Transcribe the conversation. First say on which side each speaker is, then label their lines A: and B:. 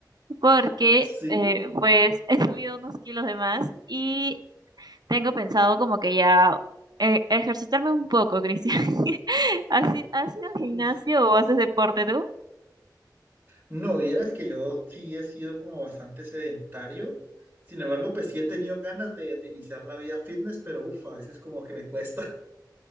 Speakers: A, on the right; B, on the right.
A: porque
B: Sí,
A: eh, pues he subido unos kilos de más y tengo pensado como que ya eh, ejercitarme un poco, Cristian. <laughs> ¿Has, i- has ido al gimnasio
B: uf.
A: o haces deporte tú?
B: No, vieras que yo sí he sido como bastante sedentario, sin embargo, pues sí he tenido ganas de, de iniciar la vida fitness, pero uff, a veces como que me cuesta.